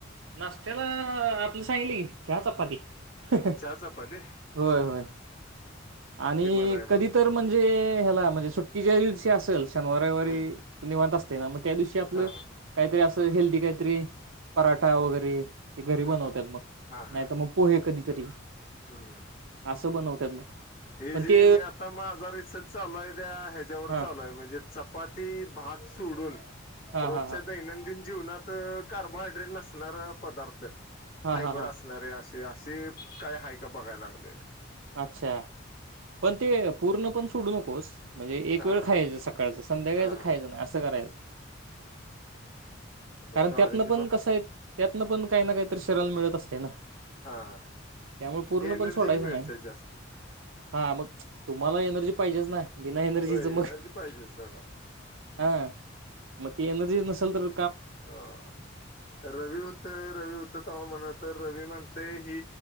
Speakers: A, on the right; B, on the left.
A: नाश्त्याला आपलं सांगीतल की चहा चपाती ह ह..
B: चहा चपाती
A: होय होय आणि
B: ते बरं आहे
A: कधी
B: मग
A: तर म्हणजे ह्याला म्हणजे सुट्टी ज्या दिवशी असल शनिवारी रविवारी
B: हम्म
A: निवांत असतय मग त्या दिवशी आपलं
B: हा
A: काहीतरी अस हेल्दी काहीतरी पराठा वगैरे हे घरी
B: हा
A: बनवतात मग
B: हा
A: नाही
B: हा
A: तर मग पोहे कधी तरी
B: हम्म
A: असं बनवत्यात मग
B: हे
A: पण
B: जे
A: ते
B: मी आता माझा रिसर्च चालू आहे त्या ह्याच्यावर
A: हा
B: चालूय म्हणजे चपाती भात सोडून
A: हा
B: रोजच्या
A: हा हा
B: दैनंदिन जीवनात कार्बोहायड्रेट नसणार पदार्थ
A: हा
B: फायबर
A: हा हा
B: असणार असे जी ते असे काय हा का बघायला लागलोय मी
A: अच्छा पण ते पूर्ण पण सोडू नकोस म्हणजे एक
B: हा
A: वेळ
B: हा
A: खायचं सकाळचं संध्याकाळच
B: हा हा
A: खायचं नाही असं करायचं
B: आता
A: कारण
B: ज्वारीची
A: त्यातनं पण
B: भा
A: कसं आहे त्यातनं पण काही ना काहीत शरीराला मिळत असते ना
B: हा
A: त्यामुळे पूर्ण
B: एनर्जीच
A: पण सोडायचं
B: मिळते
A: नाही
B: जास्त
A: हा मग तुम्हाला एनर्जी पाहिजेच ना बिना एनर्जीच
B: होय एनर्जी
A: मग
B: पाहिजेच हा.
A: हा मती एनर्जीच नसलतर
B: अ रवी होत रवी होत त म्हण तर रवी म्हणते ही